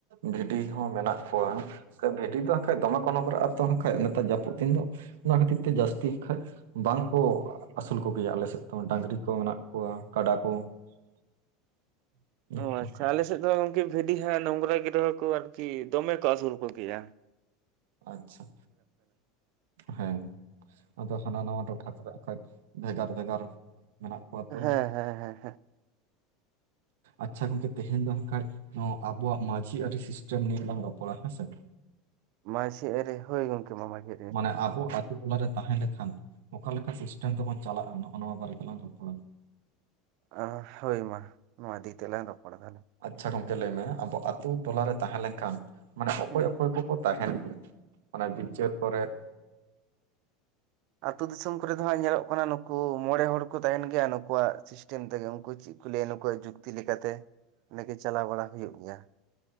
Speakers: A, on the right (about 80°); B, on the right (about 60°).
A: ᱵᱷᱤᱰᱤ ᱦᱚᱸ ᱢᱮᱱᱟᱜ ᱠᱚᱣᱟ ᱾ ᱵᱷᱤᱰᱤ ᱫᱚ ᱦᱟᱸᱜ ᱠᱷᱟᱡ ᱫᱚᱢᱮ ᱠᱚ ᱱᱚᱝᱜᱟᱨᱟᱜᱼᱟ ᱟᱨ ᱛᱚ ᱦᱟᱸᱜ ᱠᱷᱟᱡ ᱱᱮᱛᱟᱨ ᱡᱟᱹᱯᱩᱫ ᱫᱤᱱ ᱫᱚ ᱚᱱᱟ ᱠᱷᱟᱹᱛᱤᱨ ᱛᱮ ᱡᱟᱹᱥᱛᱤ ᱠᱷᱟᱡ ᱵᱟᱝ ᱠᱚ ᱟᱹᱥᱩᱞ ᱠᱚᱜᱮ ᱭᱟ ᱟᱞᱮ ᱥᱮᱫ ᱫᱚ ᱰᱟᱹᱝᱨᱤ ᱠᱚ ᱢᱮᱱᱟᱜ ᱠᱚᱣᱟ ᱠᱟᱰᱟ ᱠᱚ ᱾ <inaudible>
B: ᱚ ᱟᱪᱪᱷᱟ
A: ᱠᱷᱟᱡ
B: ᱟᱞᱮᱥᱮᱫ ᱫᱚ ᱜᱚᱝᱠᱮ ᱵᱷᱤᱰᱤ ᱦᱟᱸᱜ ᱱᱚᱝᱨᱟ ᱜᱮ ᱨᱮᱦᱚ ᱠᱚ ᱟᱨᱠᱤ ᱫᱚᱢᱮ ᱠᱚ ᱟᱹᱥᱩᱞ ᱠᱚᱜᱮᱭᱟ ᱾ <unintelligible>
A: ᱟᱪᱪᱷᱟ ᱦᱮᱸ ᱟᱫᱚ ᱦᱟᱱᱟ ᱱᱟᱣᱟ ᱴᱚᱴᱷᱟ ᱠᱚᱨᱮ ᱦᱟᱸᱜ ᱠᱷᱟᱡᱽ ᱵᱷᱮᱜᱟᱨ ᱵᱷᱮᱜᱟᱨ ᱢᱮᱱᱟᱜ ᱠᱚᱣᱟ ᱛᱚ
B: ᱦᱮᱸ ᱦᱮᱸ ᱦᱮᱸ ᱦᱮᱸ ᱾
A: ᱟᱪᱪᱷᱟ ᱜᱚᱝᱠᱮ ᱛᱮᱦᱮᱧ ᱫᱚ ᱦᱟᱸᱜ ᱠᱷᱟᱡ ᱱᱚᱣᱟ ᱟᱵᱚᱣᱟᱜ ᱢᱟᱹᱡᱷᱤ ᱟᱹᱨᱤ ᱥᱤᱥᱴᱮᱢ ᱱᱤᱭᱮᱹ ᱞᱟᱝ ᱨᱚᱯᱚᱲ ᱟ ᱦᱮᱸᱥᱮ ᱾
B: ᱢᱟᱹᱡᱷᱤ ᱟᱹᱨᱤ ᱦᱳᱭ ᱜᱚᱝᱠᱮ ᱢᱟᱹᱡᱷᱤ
A: ᱢᱟᱱᱮ ᱟᱵᱚ-ᱟ ᱾ ᱚᱠᱟ ᱨᱮ ᱛᱟᱦᱮᱸ ᱞᱮ ᱠᱷᱟᱱ ᱚᱠᱟ ᱞᱮᱠᱟ ᱥᱤᱥᱴᱮᱢ ᱛᱮ ᱵᱚᱱ ᱪᱟᱞᱟᱜᱼᱟ ᱱᱚᱜᱼᱚᱱᱟ ᱵᱟᱨᱮ ᱛᱮᱞᱟᱝ ᱨᱚᱯᱚᱲ-ᱟ ᱾
B: ᱟᱸ ᱦᱳᱭ ᱢᱟ ᱱᱚᱣᱟ ᱤᱫᱤ ᱠᱟᱛᱮ ᱞᱟᱝ ᱨᱚᱯᱚᱲ-ᱟ ᱱᱟᱜ ᱾
A: ᱟᱪᱪᱷᱟ ᱜᱚᱝᱠᱮ ᱞᱟᱹᱭ ᱢᱮ ᱟᱵᱚ ᱟᱛᱳ ᱴᱚᱞᱟ ᱨᱮ ᱛᱟᱦᱮᱸ ᱞᱮᱱ ᱠᱷᱟᱱ ᱢᱟᱱᱮ ᱚᱠᱚᱭ
B: ᱦᱩᱸ
A: ᱚᱠᱚᱭ ᱠᱚᱠᱚ ᱛᱟᱦᱮᱱ <unintelligible> ᱚᱱᱮ ᱵᱤᱪᱟᱹᱨ ᱠᱚᱨᱮ ᱾
B: ᱟᱹᱛᱩ ᱫᱤᱥᱚᱢ ᱠᱚᱨᱮ ᱫᱚ ᱦᱟᱸᱜ ᱧᱮᱞᱚᱜ ᱠᱟᱱᱟ ᱱᱩᱠᱩ ᱢᱚᱬᱮ ᱦᱚᱲ ᱠᱚ ᱛᱟᱦᱮᱱ ᱜᱮᱭᱟ ᱱᱩᱠᱩᱣᱟᱜ ᱥᱤᱥᱴᱮᱢ ᱛᱮᱜᱮ ᱩᱱᱠᱩ ᱪᱤᱜ ᱠᱚ ᱞᱟᱹᱭᱟ ᱱᱩᱠᱩᱣᱟᱜ ᱡᱩᱠᱛᱤ ᱞᱮᱠᱟ ᱛᱮ ᱾ ᱱᱮ ᱜᱮ ᱪᱟᱞᱟᱣ ᱵᱟᱲᱟ ᱦᱩᱭᱩᱜ ᱜᱮᱭᱟ ᱾